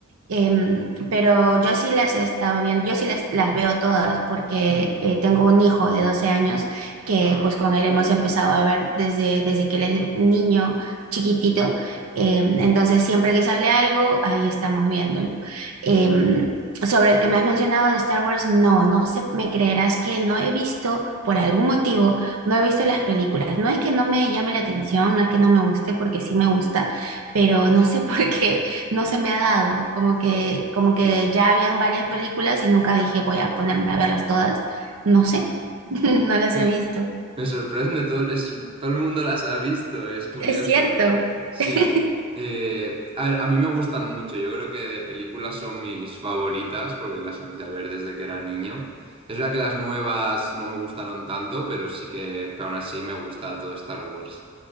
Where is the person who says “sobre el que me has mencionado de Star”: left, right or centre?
Right